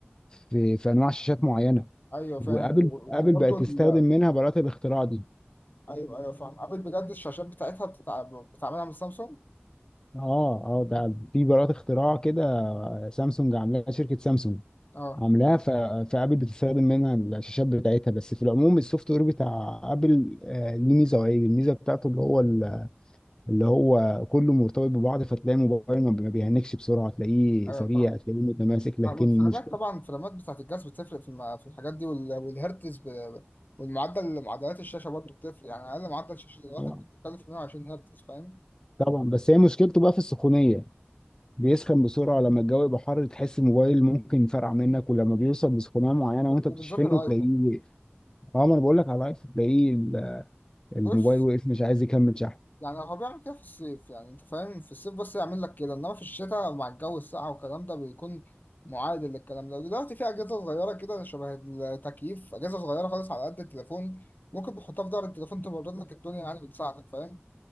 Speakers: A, on the left; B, on the left.
A: في في انواع شاشات معينه
B: ايوه فاهم
A: وابل ابل
B: وبرضه
A: بقت تستخدم منها براءة الاختراع دي
B: ايوه ايوه فاهم ابل بجد الشاشات بتاعتها بتتع... بتعملها من سامسونج
A: اه اه ده في براءة اختراع كده سامسونج عاملاها شركه سامسونج
B: اه
A: عاملاها ف... فابل بتستخدم منها الشاشات بتاعتها بس في العموم السوفت وير بتاع ابل آه ليه ميزه وعيب الميزه بتاعته اللي هو اللي هو كله مرتبط ببعض فتلاقي الموبايل ما ما بيهنكش بسرعة تلاقيه
B: ايوه
A: سريع
B: فاهم
A: تلاقيه متماسك لكن
B: آه، والفريمات
A: مشكلة
B: طبعا الفريمات بتاعت الجهاز بتفرق في, الم... في الحاجات دي وال... والهرتز ب... والمعدل معدلات الشاشه برضه بتفرق يعني اقل معدل شاشه دلوقتي
A: طبعا
B: بتتكلم في 120 هرتز فاهم
A: طبعا بس هي مشكلته بقى في السخونية بيسخن بسرعة لما الجو يبقى حر تحس الموبال ممكن يفرقع منك ولما بيوصل لسخونية معينة
B: ده-
A: وانت
B: وبالذات
A: بتشحنه
B: الايفون
A: تلاقيه وقف اه ما انا بقول لك على لايف تلاقيه ال- الموبايل
B: بص
A: وقف مش عايز يكمل شحن
B: يعني هو بيعمل كده في الصيف يعني انت فاهم في الصيف بس يعمل لك كده انما في الشتاء مع الجو الساقع والكلام ده بيكون معادل للكلام ده ودلوقتي في اجهزه صغيره كده شبه التكييف اجهزه صغيره خالص على قد التليفون ممكن بتحطها في ظهر التليفون تبرد لك الدنيا يعني بتساعدك فاهم